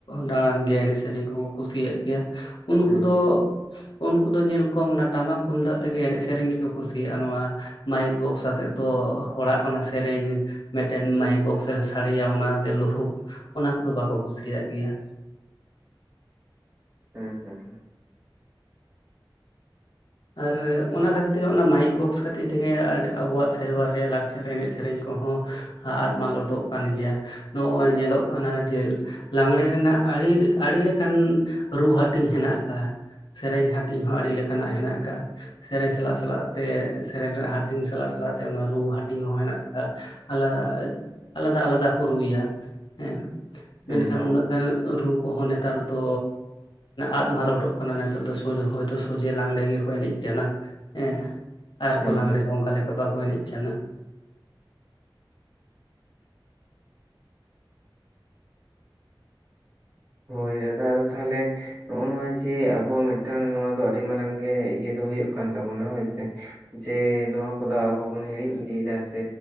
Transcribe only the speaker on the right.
ᱦᱩᱸ
ᱦᱮᱸ ᱦᱮᱸ ᱦᱮᱸ
ᱦᱩᱸ
ᱦᱩᱸ
ᱦᱩᱸ
ᱦᱩᱸ
ᱦᱳᱭ ᱫᱟᱫᱟ ᱟᱫᱚ ᱛᱟᱦᱚᱞᱮ ᱱᱚᱜᱼᱚ ᱱᱚᱣᱟ ᱡᱮ ᱟᱵᱚ ᱢᱤᱫᱴᱟᱝ ᱱᱚᱣᱟ ᱫᱚ ᱟᱹᱰᱤ ᱢᱟᱨᱟᱝ ᱜᱮ ᱤᱭᱟᱹ ᱫᱚ ᱦᱩᱭᱩᱜ ᱠᱟᱱ ᱛᱟᱵᱚᱱᱟ ᱦᱚᱭ ᱥᱮ ᱡᱮ ᱱᱚᱣᱟ ᱠᱚᱫᱚ ᱟᱵᱚ ᱵᱚᱱ ᱦᱤᱲᱤᱧ ᱤᱫᱤᱭᱮᱫᱟ ᱥᱮ